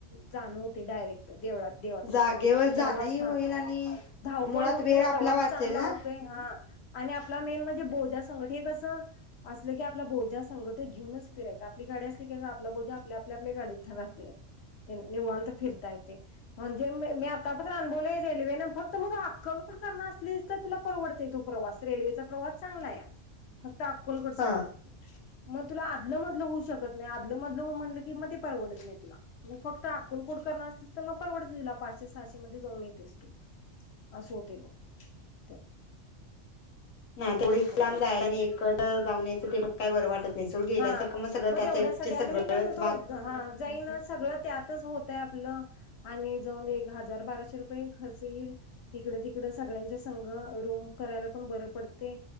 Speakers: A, on the left; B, on the left.
A: जाण होतेय डायरेक्ट देवळात देवाच्या
B: जागेवर
A: इथं प्रवास
B: जाणंही
A: हा
B: होईल आणि
A: धावपळ
B: मुळात
A: होत
B: वेळ
A: नाही
B: आपला
A: प्रवास
B: वाचेल
A: चांगला
B: ना
A: होतोय ना - आणि आपला मेन म्हणजे बोजा संघट. हे कस? असलं की आपला बोजा संघट घेऊनच फिरायचं आपली गाडी असली की आपला बोजा आपल्या आपल्या गाडीत <unintelligible> निवांत फिरता येतय. म्हणजे मी आता तर अनुभवलय रेल्वेन फक्त मग तू अक्कलकोट करणार असलीस, तर तुला परवडतो तो प्रवास रेल्वेचा प्रवास चांगला आहे हा. त अक्कलकोट साठी-
B: हा
A: म तुला आदलं मधलं होऊ शकत नाही. आदलं मधलं म्हटलं की म ते परवडत नाही तुला, म फक्त अक्कलकोट करणार असलीस तर- तर मग परवडत तुला पाचशे सहाशे मध्ये जाऊन येतेस तू, असं होतय बघ- हो.
B: नाही तेवढी
A: अक्कलकोटला
B: इतकं लांब जायला आणि एकट जाऊन यायचं ते पण काय बरं वाटत नाही सोड गेल्यासारखं
A: हा-
B: मग सगळं
A: म
B: त्या
A: तेवढ्यासाठी
B: साईडचे सगळंच
A: आणि मी काय म्हणते
B: भाग
A: हा जाईन ना सगळं, त्यातच होतंय आपलं सगळं आणि जाऊन एक हजार बाराशे रुपये खर्च येईल इकडं तिकडं सगळ्यांच्या संघ रूम करायला पण बरं पडते